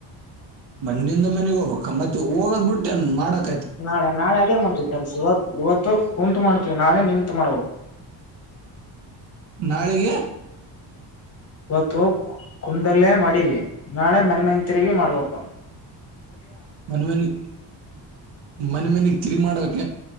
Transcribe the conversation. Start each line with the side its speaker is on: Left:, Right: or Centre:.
Right: ಮಣ್ಣಿಂದ ಮನೆಗ್ ಹೋಗಬಕ್ಕ ಮತ್ ಹೋಗದ್ ಬಿಟ್ಟೆನ್ ಮಾಡಕ್
Left: ನಾಳೆ ನಾಳೆ ಅದೇ ಮಾಡ್ತೀವಿ ಕೆಲ್ಸ ಇವತ್ತು ಇವತ್ತು ಕುಂತ್ ಮಾಡ್ತೀವಿ ನಾಳೆ ನಿತ್ಮಾಡ್ಬೋ
Right: ನಾಳೆಗೆ
Left: ಇವತ್ತು ಕುಟಲ್ಲೇ ಮಾಡೀವಿ ನಾಳೆ ಮನೆ ಮನ ತಿರ್ವಿಿ ಮಾಡ್ಬೇಕ
Right: ಮನ್ ಮನೆ ಮನೆ ಮನಗ್ ತಿರಿ ಮಾಡಕ್